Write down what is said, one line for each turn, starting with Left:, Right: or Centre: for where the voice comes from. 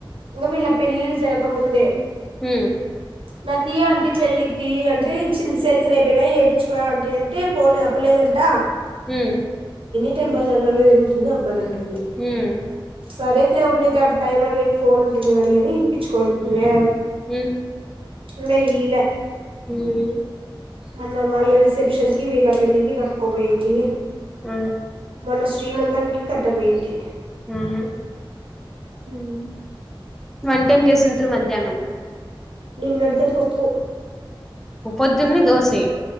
Right: ఇంకా వీళ్ళ పెళ్లిళ్లు జరగకముందే
Centre: మ్
Right: నాకు ఇయి అంటీ పెళ్ళికి అంటే ఇచ్చింది సెల్స్ లేకపోయినా ఎపించుకో అంట అంటే పోలె చెప్పలేదు అంట
Centre: మ్
Right: మొత్తం బజార్ లాల తిరుగుతుంది అబ్బాలు అంటూదింటుంది
Centre: ఉమ్
Right: సరే న్ ఉండేది ఫోన్ ఉంటుంది కాని అని ఇప్పించుకోనింటుంది
Centre: ఉమ్
Right: ఇంకా ఈలా
Centre: మ్
Right: మన వాళ్ళ రిసెప్షన్కి వీళ్ళ పెళ్లికి కట్టుకోపోయింటి
Centre: ఆ
Right: మొన్న శ్రీమంతానికి కట్ట పోయింటి
Centre: హమ్
Right: హమ్
Centre: వంటేమ్ చేసింట్రు మధ్యాహ్నము
Right: నిన్నటిదే పప్పు
Centre: పొద్దున్నే దోసె